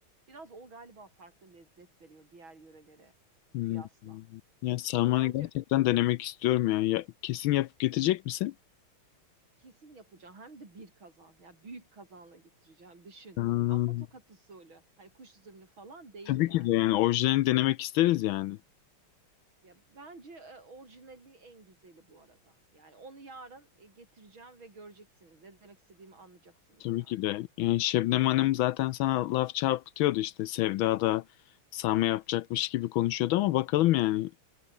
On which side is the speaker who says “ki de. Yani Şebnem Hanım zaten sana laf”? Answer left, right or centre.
Left